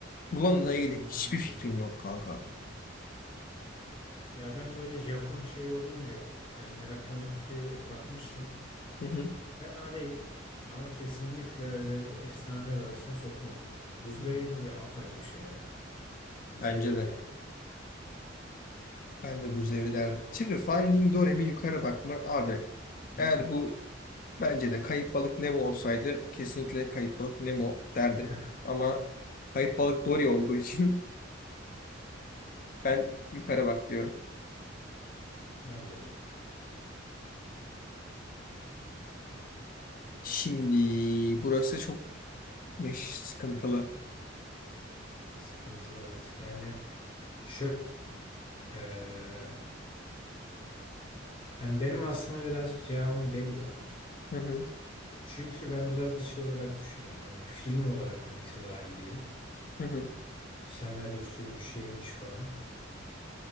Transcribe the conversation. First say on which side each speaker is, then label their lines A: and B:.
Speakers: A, on the left (about 45°); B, on the left (about 25°).
A: Mulan'la
B: yani Buz
A: ilgili
B: Devri'nden
A: hiçbir
B: iyi
A: fikrim
B: ne olabilir?
A: yok kanka.
B: Ya ben böyle Japon şeyi olunca e, meraklanıp bir bakmıştım.
A: Hı hı.
B: Fena değil ama kesinlikle öyle bir efsaneler arasına sokmam. Buz
A: Hmm.
B: devri apayrı bir şey ya. Buz
A: Bence
B: devri
A: de.
B: yani
A: Ben de buz devri derdim. Şimdi Finding Dory'mi yukarı bakma abi.
B: yukarı
A: Eğer bu
B: bak.
A: bence de Kayıp Balık Nemo olsaydı kesinlikle Kayıp Balık Nemo derdim.
B: <laughs>
A: Ama Kayıp Balık Dory olduğu için <laughs> ben yukarı bak diyorum.
B: Bence de.
A: Şimdi burası çok meş sıkıntılı.
B: Sıkıntılı evet. Yani şöyle eee, ben benim aslında birazcık cevabım belli.
A: Hı hı,
B: Çünkü ben biraz da şey olarak düşünüyorum. Hani film olarak hangisi daha iyi diye.
A: hı hı.
B: Senaryosuymuş şeymiş falan.